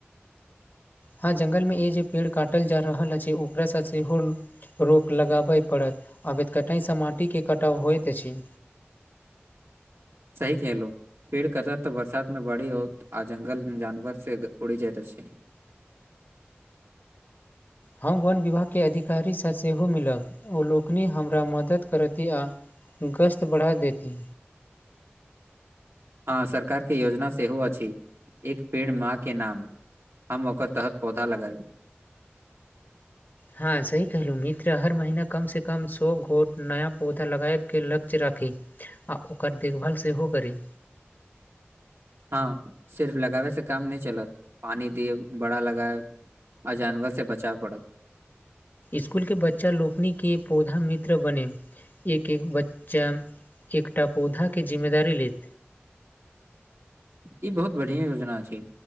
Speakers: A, on the left; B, on the right.
A: हँ जंगल मे ए जे पेड़ काटल जा रहल अछि ओकरा सब हो रोक लगाबय पड़त आब त कटाहिसँ माटिके कटाव होइत अछि
B: सही कैलो पेड़ कतत तऽ बरसात मे बड़ी होत आ जंगल जानवर से उड़ि जाइत छै
A: हम वन विभागके अधिकारीसँ सेहो मिलब ओलनि हमरा मदद करथि आ गश्त बढ़ा देती
B: हँ सरकार के योजना सेहो अछि एक पेड़ माँ के नाम हम ओकर तहत पौधा लगाएब
A: हँ सही कहलहुँ मित्र हर महिना कमसँ कम सए गोट नया पौधा लगाबके लक्ष्य राखि आ ओकर देखभाल सेहो करि
B: हँ सिर्फ लगाबै से काम नहि चलत पानी दिय बड़ा लगए आ जानवर से बचाव पड़त
A: स्कूल के बच्चा लोकनी के पौधा मित्र बने एक एक बच्चा एकटा पौधा के जिम्मेदारी लेत
B: ई बहुत बढ़ििया योजना छै